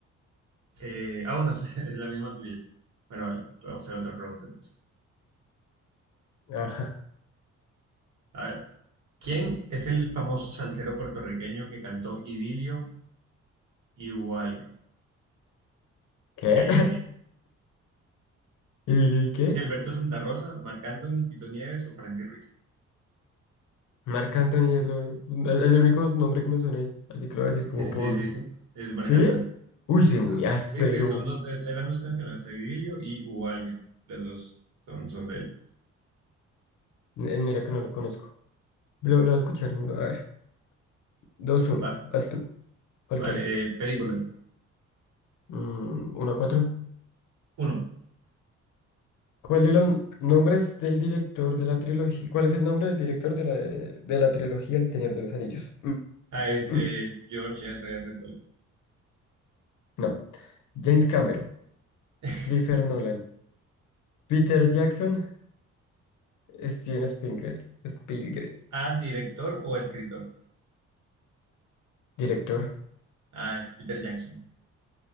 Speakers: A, on the right; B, on the left.
A: eh, ah, bueno, <laughs> es la misma tuya. Bueno, vale, te voy a hacer otra pregunta entonces.
B: Ajá.
A: A ver, ¿Quién es el famoso salsero puertorriqueño que cantó Idilio y hubo alguien?
B: ¿Qué?
A: Eh,
B: <laughs> ¿Y qué?
A: Gilberto Santa Rosa, Marc Anthony, Tito Nieves o Frankie Ruiz.
B: Marc Anthony es, lo, es el único nombre que me suena ahí, así que lo voy a decir
A: <laughs>
B: como
A: Sí,
B: por...
A: sí, sí, es Marc
B: ¿Sí?
A: Anthony.
B: Uy,
A: Sí,
B: sí, muy
A: son-
B: áspero.
A: sí, que son dos, es- eran dos canciones, Idilio y hubo alguien. Las dos son, son de él.
B: Eh, Mira que no lo conozco. Lo, lo voy a escuchar, a ver. Dos uno.
A: Va-
B: vas tú. ¿Cuál
A: vale,
B: quieres?
A: eh, películas.
B: Mm, uno a cuatro.
A: Uno.
B: ¿Cuál de los nombres del director de la trilogía? ¿Cuál es el nombre del director de la, de la trilogía El Señor de los Anillos? Mm,
A: Ah, es
B: mm,
A: eh, George R. R. Tolkien.
B: no. James Cameron,
A: <laughs>
B: Christopher Nolan, Peter Jackson, Steven Spielberg. Spielberg.
A: A, director o escritor.
B: Director.
A: Ah, es Peter Jackson.